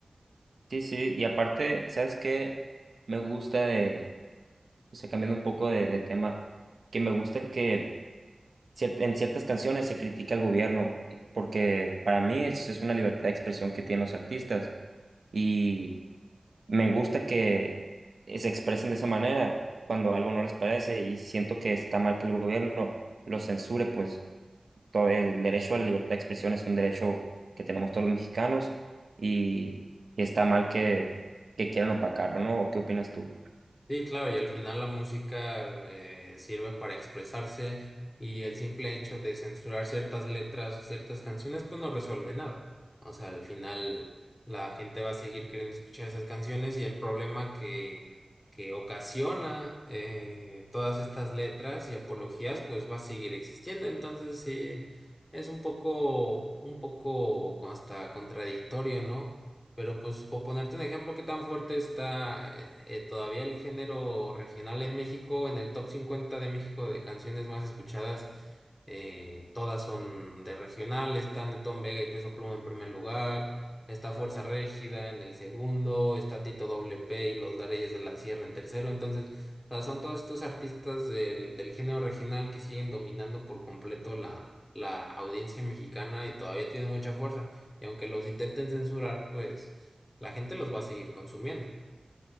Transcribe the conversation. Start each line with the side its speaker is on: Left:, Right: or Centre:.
Right: Sí, sí, y aparte, ¿sabes qué? Me gusta de, o sea, cambiando un poco de, de tema, que me gusta que cier- en ciertas canciones se critica al gobierno, y- porque para mí es, es una libertad de expresión que tienen los artistas y me gusta que eh, se expresen de esa manera cuando algo no les parece y siento que está mal que el gobierno los censure, pues. todo el derecho a la libertad de expresión es un derecho que tenemos todos los mexicanos y, y está mal que, que quieran opacarlo, ¿no? ¿O qué opinas tú?
Left: Sí, claro, y al final la música eh, sirve para expresarse y el simple hecho de censurar ciertas letras o ciertas canciones pues no resuelve nada. O sea, al final la gente va a seguir queriendo escuchar esas canciones y el problema que, que ocasiona eh, todas estas letras y apologías pues va a seguir existiendo. Entonces sí, es un poco, un poco hasta contradictorio, ¿no? Pero pues por ponerte un ejemplo, ¿qué tan fuerte está eh, eh, todavía el género regional en México? En el top 50 de México de canciones más escuchadas, eh, todas son de regional, están Tom Vega y Peso Pluma en primer lugar, está Fuerza Régida en el segundo, está Tito WP y Los Dareyes de la Sierra en tercero. Entonces, o sea, son todos estos artistas del, del género regional que siguen dominando por completo la, la audiencia mexicana y todavía tienen mucha fuerza. Y aunque los intenten censurar, pues la gente los va a seguir consumiendo.